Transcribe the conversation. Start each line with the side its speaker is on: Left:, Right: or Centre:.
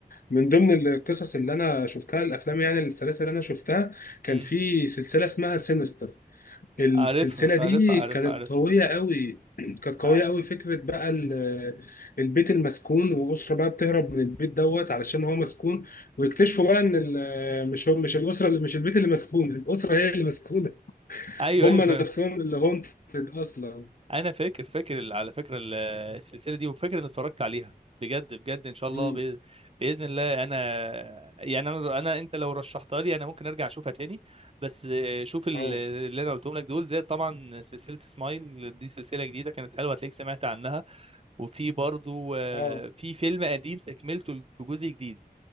Left: من ضمن القصص اللي أنا شفتها الأفلام يعني السلاسل اللي أنا شفتها كان
Right: امم
Left: في سلسلة اسمها سينستر السلسلة
Right: عارفها
Left: دي
Right: عارفها عارفها
Left: كانت
Right: عارفها
Left: قوية قوي كانت قوية
Right: ع-
Left: قوي فكرة بقى ال- البيت المسكون وأسرة بقى بتهرب من البيت دوت علشان هو مسكون ويكتشفوا بقى إن ال- مش هو مش الأسرة اللي مش البيت اللي مسكون الأسرة هي اللي مسكونة
Right: ايوه
Left: هم
Right: ايوه
Left: نفسهم اللي هونتد أصلا
Right: انا فاكر فاكر ال- على فكره ال- السلسله دي وفاكر اني اتفرجت عليها بجد بجد ان شاء الله
Left: مم.
Right: بإ- باذن الله انا يعني انا انا انت لو رشحتها لي انا ممكن ارجع اشوفها تاني بس آه، شوف ال-
Left: اه
Right: اللي انا قلتهم لك دول زي طبعا سلسله سمايل دي سلسله جديده كانت حلوه هتلاقيك سمعت عنها وفي برضو آه،
Left: اه
Right: في فيلم قديم تكملته في جزء جديد